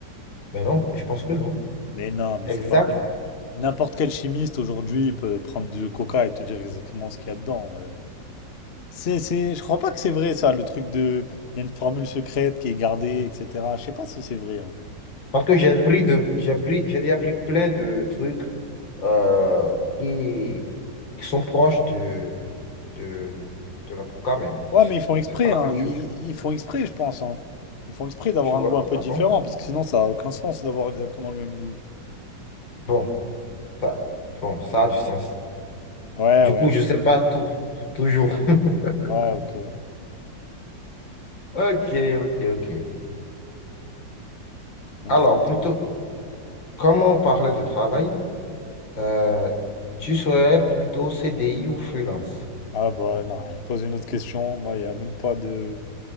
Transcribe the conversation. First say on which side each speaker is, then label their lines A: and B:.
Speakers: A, on the left; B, on the left.
A: Mais non, je pense que non.
B: Mais non, mais
A: Exact.
B: c'est pas vrai. N'importe quel chimiste aujourd'hui peut prendre du coca et te dire exactement ce qu'il y a dedans. euh. C'est, c'est, je crois pas que c'est vrai ça, le truc de, il y a une formule secrète qui est gardée, etc. Je sais pas si c'est vrai. hein.
A: Parce que j'ai pris de, j'ai pris, j'ai déjà pris plein de trucs euh, qui, qui sont proches de, de, de, de la coca, mais bon,
B: Ouais,
A: c'est
B: mais ils font exprès,
A: c'est pas la
B: hein.
A: même chose.
B: Ils, ils font exprès, je pense, hein. Ils font exprès d'avoir
A: Tu vois?
B: un goût un peu
A: Ah
B: différent,
A: bon?
B: parce que sinon, ça a aucun sens d'avoir exactement le même goût.
A: Bon, ça, bon, ça a du sens.
B: Ouais,
A: Du
B: ouais,
A: coup, je
B: je-
A: sais pas tout, toujours. <laughs>
B: ouais, ok.
A: Ok, ok, ok.
B: Vas-y,
A: Alors,
B: à toi.
A: plutôt, comme on parlait de travail, euh, tu serais plutôt CDI ou freelance?
B: Ah bah non, allez, pose une autre question. Moi, il n'y a même pas de,